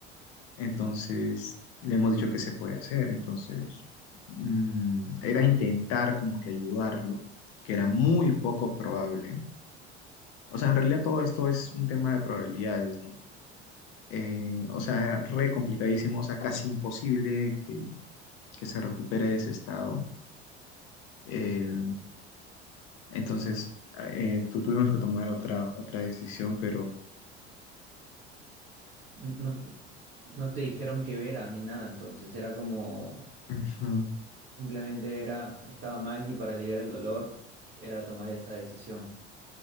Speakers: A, on the left; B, on the right.
A: Entonces, le hemos dicho que se puede hacer. Entonces, mm, era intentar como que ayudarlo, que era muy poco probable. O sea, en realidad todo esto es un tema de probabilidades, ¿no? Eh, o sea, era re complicadísimo, o sea, casi imposible que, que se recupere de ese estado. Eh, entonces,
B: claro.
A: eh, tu- tuvimos que tomar otra, otra decisión, pero...
B: N- No, no te dijeron que era ni nada, entonces era como
A: Ujú,
B: simplemente era, estaba mal y para aliviar el dolor era tomar esa decisión.